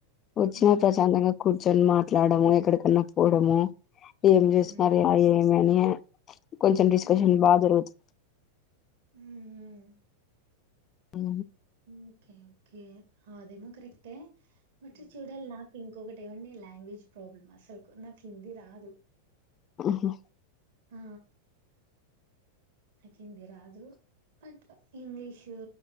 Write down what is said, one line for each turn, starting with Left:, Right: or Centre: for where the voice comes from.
Left: వచ్చినా
Right: హ్మ్.
Left: ప్రశాంతంగా కు చన్ మాట్లాడము ఎక్కడ వెళ్ళకపోడము
Right: హ్మ్.
Left: ఏం చేస్తున్నారు,
Right: హ్మ్. హ్మ్.
Left: ఎట్ అ ఏమని కొంచెం డిస్కషన్
Right: హ్మ్.
Left: బా జరుగుతుంది
Right: హ్మ్ మ్మ్
Left: ఉ
Right: ఓకే ఓకే అదేమో కరెక్టే మట్ చూడాలి నాకు ఇంకొకటి అేవీ లాంగ్వేజ్ ప్రాబ్లమ్ అసలు నాకు హిందీ రాదు
Left: ఆ ఆహా
Right: ఆ నాకు హిందీ రాదు బట్ ఇంగ్లీషు